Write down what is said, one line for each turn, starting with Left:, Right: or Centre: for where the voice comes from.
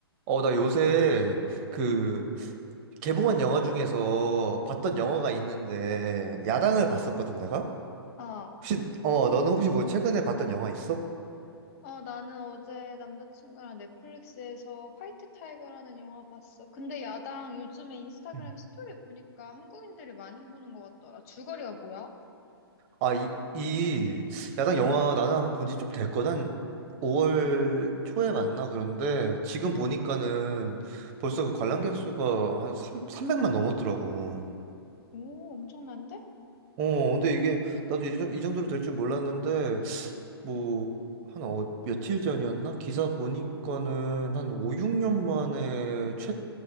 Right: 어, 나 요새 그 개봉한 영화 중에서 봤던 영화가 있는데 야당을 봤었거든, 내가?
Left: 아,
Right: 혹시 어, 너는 혹시 뭐 최근에 봤던 영화 있어?
Left: 어, 나는 어제 남자친구랑 넷플릭스에서 화이트 타이거라는 영화 봤어. 근데 야당 요즘에 인스타그램
Right: 음.
Left: 스토리 보니까 한국인들이 많이 보는 것 같더라. 줄거리가 뭐야?
Right: 아, 이, 이 야당 영화 나는 한번 본 지 좀 됐거든. 한 5월 초에 봤나 그런데 지금 보니까는 벌써 그 관람객 수가 한삼 300만 넘었더라고.
Left: 오, 엄청난데?
Right: 어, 근데 이게 나도 이, 정- 이 정도로 될 줄 몰랐는데 뭐 한 어, 며칠 전이었나? 기사 보니까는 한 5, 6년 만에 최